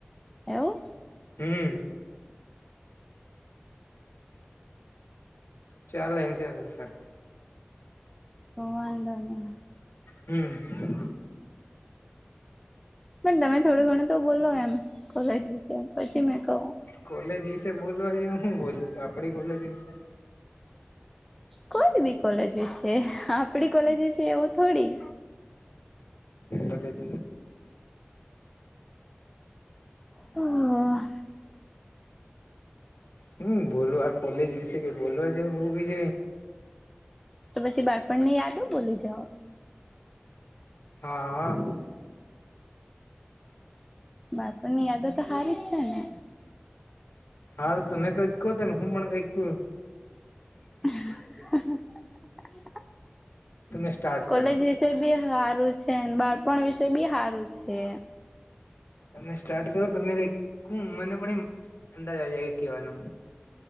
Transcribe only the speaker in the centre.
એવું?
તો વાંધો ન
પણ તમે થોડું ઘણું તો બોલો એમ કોલેજ વિશે પછી મેં કહું
કોઈ બી કોલેજ વિશે આપડી કોલેજ વિશે એવું થોડી
હ
તો પછી બાળપણ ની યાદ હો બોલી જાઓ.
બાળપણ ની યાદો તો હારી જ છે ને.
<unintelligible>
કોલેજ
વિશે બી સારું છે. છે ન બાળપણ વિશે બી હારું છે.